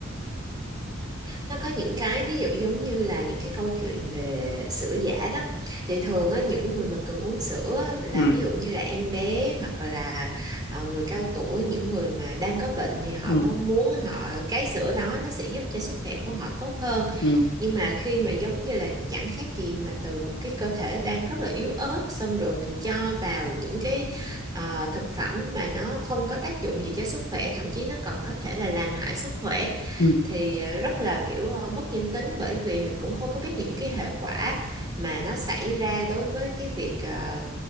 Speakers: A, on the right; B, on the left.
A: nó có những cái ví dụ giống như là những cái câu chuyện về sữa giả đó thì thường á, những người mà cần uống sữa á, là
B: ừ
A: ví dụ như là em bé hoặc là ờ, người cao tuổi những người mà đang có bệnh thì họ
B: ừ
A: mong muốn họ cái sữa đó nó sẽ giúp cho sức khỏe của họ tốt hơn
B: ừ
A: nhưng mà khi mà giống như là chẳng khác gì mà từ một cái cơ thể đang rất là yếu ớt xong rồi mình cho vào những cái ờ, thực phẩm mà nó không có tác dụng gì cho sức khỏe thậm chí nó còn có thể là làm hại sức khỏe
B: ừ
A: thì ờ, rất là kiểu ờ, mất nhân tính bởi vì mình cũng không có biết những cái hệ quả mà nó xảy ra đối với cái việc ờ,